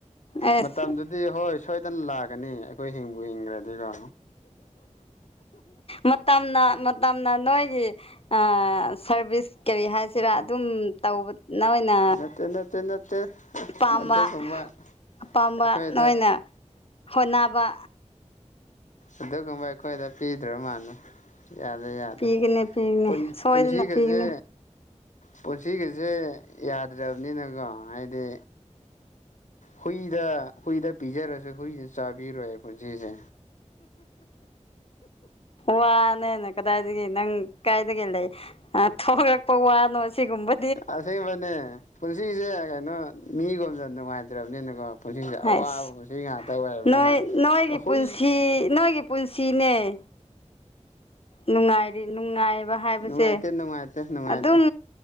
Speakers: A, on the left; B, on the left.
A: ꯑꯦꯁ
B: ꯃꯇꯝꯗꯨꯗꯤ ꯍꯣꯏ ꯁꯣꯏꯗꯅ ꯂꯥꯛꯀꯅꯤ ꯑꯩꯈꯣꯏ ꯍꯤꯡꯕꯨ ꯍꯤꯡꯈ꯭ꯔꯗꯤ ꯀꯣ
A: ꯃꯇꯝꯅ ꯃꯇꯝꯅ ꯅꯣꯏꯒꯤ ꯑꯥ ꯁꯥꯔꯚꯤꯁ ꯀꯔꯤ ꯍꯥꯏꯁꯤꯔꯥ ꯑꯗꯨꯝ ꯇꯧꯕ ꯅꯣꯏꯅ
B: ꯅꯠꯇꯦ ꯅꯠꯇꯦ ꯅꯠꯇꯦ
A: ꯑꯄꯥꯝꯕ
B: ꯑꯗꯨꯒꯨꯝꯕ
A: ꯑꯄꯥꯝꯕ
B: ꯑꯩꯈꯣꯏꯗ
A: ꯅꯣꯏꯅ ꯍꯣꯠꯅꯕ
B: ꯑꯗꯨꯒꯨꯝꯕ ꯑꯩꯈꯣꯏꯗ ꯄꯤꯗ꯭ꯔ ꯃꯥꯅꯦ ꯌꯥꯗꯦ ꯌꯥꯗꯦ
A: ꯄꯤꯒꯅꯤ ꯄꯤꯒꯅꯤ
B: ꯄꯨꯟ
A: ꯁꯣꯏꯗꯅ
B: ꯄꯨꯟꯁꯤꯒꯁꯦ
A: ꯄꯤꯒꯅꯤ
B: ꯄꯨꯟꯁꯤꯒꯁꯦ ꯌꯥꯗ꯭ꯔꯕꯅꯤꯅꯀꯣ ꯍꯥꯏꯗꯤ ꯍꯨꯏꯗ ꯍꯨꯏꯗ ꯄꯤꯖꯔꯁꯨ ꯍꯨꯏꯗ ꯆꯥꯕꯤꯔꯣꯏ ꯄꯨꯟꯁꯤꯁꯦ
A: ꯋꯥꯅꯦꯅꯦ ꯀꯗꯥꯏꯗꯒꯤ ꯅꯪ ꯀꯥꯏꯗꯒꯤ ꯂꯩ ꯊꯣꯛꯂꯛꯄ ꯋꯥꯅꯣ ꯁꯤꯒꯨꯝꯕ
B: ꯑꯁꯦꯡꯕꯅꯦ ꯄꯨꯟꯁꯤꯁꯦ ꯀꯩꯅꯣ ꯃꯤꯒꯣꯝꯗ ꯅꯨꯡꯉꯥꯏꯇ꯭ꯔꯕꯅꯤꯅꯀꯣ ꯄꯨꯟꯁꯤꯁꯦ ꯑꯋꯥꯕ
A: ꯑꯁ
B: ꯄꯨꯟꯁꯤ ꯉꯥꯛꯇ ꯑꯣꯏꯔꯕꯅꯤꯅ
A: ꯅꯣꯏ ꯅꯣꯏꯒꯤ
B: ꯑꯩꯈꯣꯏ
A: ꯄꯨꯟꯁꯤ ꯅꯣꯏꯒꯤ ꯄꯨꯟꯁꯤꯅꯦ <inaudible> ꯅꯨꯡꯉꯥꯏꯔꯤ ꯅꯨꯡꯉꯥꯏꯕ ꯍꯥꯏꯕꯁꯦ
B: ꯅꯨꯡꯉꯥꯏꯇꯦ ꯅꯨꯡꯉꯥꯏꯇꯦ ꯅꯨꯡꯉꯥꯏꯇꯦ
A: ꯑꯗꯨꯝ